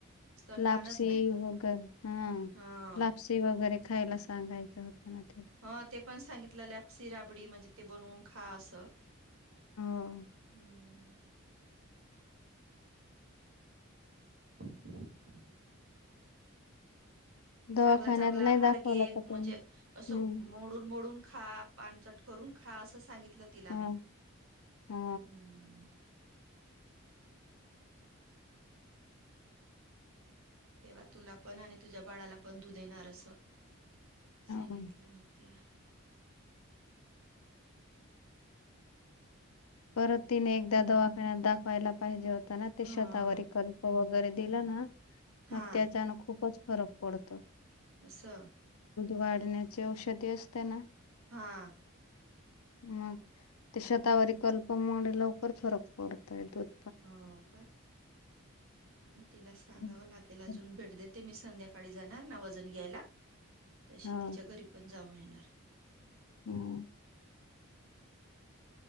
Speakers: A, on the right; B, on the left.
A: स्तनपानच
B: लापसी
A: नाही
B: वगैर हा
A: हा
B: लापसी वगैरे खायला सांगायचं होत. त्यातेलं
A: हा ते पण सांगितलं लॅप्सी राबडी म्हणजे ते बनवून खा असं.
B: हो
A: हम्म. <inaudible>
B: दवाखान्यात
A: चांगला चांगला आहार
B: नाही दाखवलं
A: घे
B: का त्यांनी
A: म्हणजे असं
B: हम्.
A: मोडून मोडून खा पानचट करून खा असं सांगितलं तिला
B: हा
A: मी
B: हा
A: हम. <inaudible> तेव्हा तुला पण आणि तुझ्या बाळाला पण धू देणार असं. सांगितलं
B: हा
A: मग तिला
B: परत तिने एकदा दवाखान्यात दाखवायला पाहिजे होता ना ते
A: हा
B: शेतावरारी कल्प व वगैरे दिला ना
A: हां,
B: मग त्याच्यान खूपच फरक पडत.
A: असा.
B: वाढण्याची औषधी असते ना.
A: हा.
B: मग ते शतावरारी कल्पमलाकरर फरक पडत य त
A: हो का तिला सांगावं
B: हम्म
A: लागेला अजून
B: हम्म.
A: भेट देते मी संध्याकाळी जाणार ना वजन घ्यायला तशी
B: हा
A: तिच्या घरी पण जाऊन येणार.
B: होम.